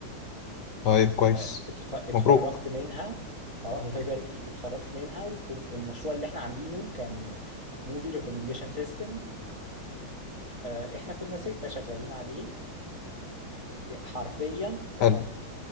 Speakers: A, on the left; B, on the right.
A: طيب كويس
B: اه، اتخ- اتخرجت
A: مبروك
B: منها اه <laughs> الله يبارك فيك اتخرجت منها وكان المشروع اللي احنا عاملينه كان موفي ريكومنديشن سيستم آه، احنا كنا ستة شغالين عليه حرفيا
A: حلو
B: ال-